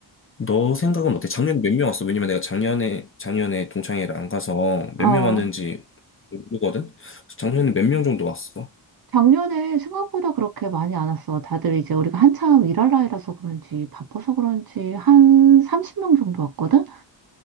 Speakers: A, on the left; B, on the right.
A: 너 생각은 어때? 작년에 몇 명 왔어? 왜냐면 내가 작년에, 작년에 동창회를 안 가서
B: 어.
A: 몇 명 왔는지 모르거든? 그래서 작년에 몇 명 정도 왔어?
B: 작년에 생각보다 그렇게 많이 안 왔어. 다들 이제 우리가 한참 일할 나이라서 그런지, 바빠서 그런지, 한 30명 정도 왔거든?